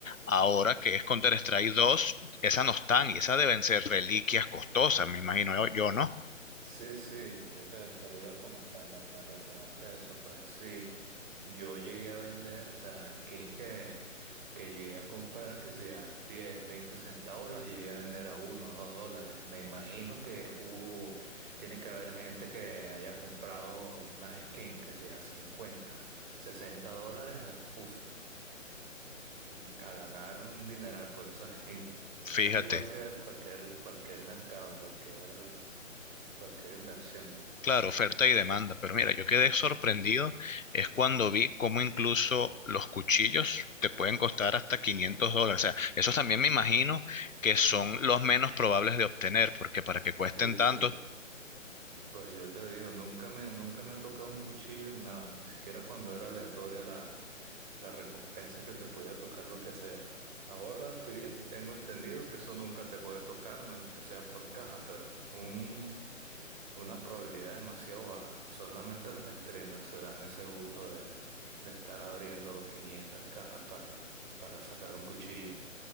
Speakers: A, on the left; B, on the right.
A: ahora que es Counter-Strike dos, esas no están y esas deben ser reliquias costosas, me imagino yo, yo, ¿no?
B: Sí, sí, yo te, te lo iba a comentar, me, me recordaste eso, pues sí, yo llegué a vender, o sea, skins que, que llegué a comprar, que sea 10, 20 centavos, las llegué a vender a uno, o 2 dólares. Me imagino que hubo, tiene que haber gente que haya comprado unas skins, que sea cincuenta, sesenta dólares, uff, a ganar un dineral por esas skins. Es
A: Fíjate,
B: igual que cualquier, cualquier mercado, cualquier, cualquier inversión.
A: claro, oferta y demanda, pero mira, yo quedé sorprendido es cuando vi cómo incluso los cuchillos te pueden costar hasta 500 dólares. O sea, esos también me imagino que son
B: Mm.
A: los menos probables de obtener, porque para que cuesten
B: Sí, sí.
A: tanto,
B: Pues yo te digo, nunca me, nunca me ha tocado un cuchillo en nada, ni siquiera cuando era aleatoria la, la recompensa que te podía tocar lo que sea. Ahora estoy, en- tengo entendido que eso nunca te puede tocar a menos que sea por caja, pero un, es una probabilidad demasiado baja. Solamente los streamers se dan ese gusto de, de estar abriendo 500 cajas para, para sacar un cuchillo.